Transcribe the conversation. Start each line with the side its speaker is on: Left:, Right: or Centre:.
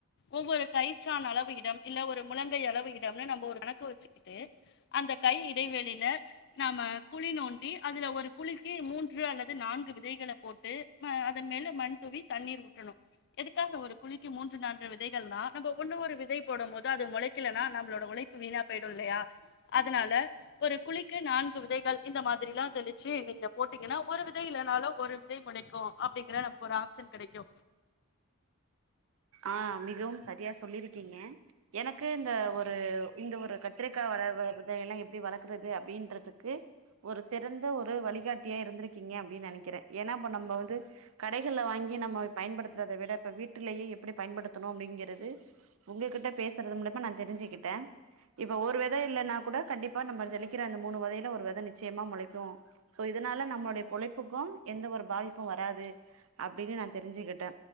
Left: ஒவ்வொரு கய் ச்சான் அளவு இடம் இல்ல ஒரு முழங்கை அளவு இடம்னு நம்ம ஒரு கணக்கு வச்சுக்கிட்டு அந்த கை இடைவெளியில நாம குழி நோண்டி அதுல ஒரு குழிக்கு மூன்று அல்லது நான்கு விதைகள போட்டு ஹ அதன் மேல மண் தூவி தண்ணீர் ஊற்றணும் எதுக்காக ஒரு குழிக்கு மூன்று நான்கு விதைகள்னா நம்ப விதை போடும் போது அது மொளைக்கலனா நம்ளோட உழைப்பு வீணா போயிடு இல்லையா அதனால ஒரு குழிக்கு நான்கு விதைகள் இந்த மாதிரிலா தெளிச்சு <unintelligible> நீங்க போட்டீங்கன்னா ஒரு விதை இல்லைனாலு ஒரு விதை முளைக்கு அப்டிங்கிற நமக்கு ஒரு ஆப்ஷன் கெடைக்கு.
Right: ஆஹ் மிகவும் சரியா சொல்லிருக் டீங்க எனக்கு இந்த ஒரு இந்த ஒரு கட் த்திரிக்கா வள வள வெதையெல்லா எப்படி வளர்க்குறது அப்டின்றதுக்கு ஒரு சிறந்த ஒரு வழிகாட்டியா இருந்திருக்கீங்க அப்டின்னு நெனைக்கிறே ஏனா இப்ப நம்ம வந்து கடைகள்ல வாங்கி நம்ம பயன்படுத்துறத விட இப்ப வீட்டுலேயே எப் எப்டி பயன்படுத்தணும் அப்டிங்கறது உங்ககிட்ட பேசறது மூலியமா நா தெரிஞ்சுக்கிட்டே இப்ப ஒரு வெத இல்லன்னா கூட கண்டிப்பா நம்ம தெளிக்கிற அந்த மூனு வெதைல ஒரு வெத நிச்சயமா முளைக்கு சோ இதனால நம்முடைய பொழைப்புக்கு எந்த ஒரு பாதிப்பும் வராது அப்டின்னு நா தெரிஞ்சுக்கிட்டே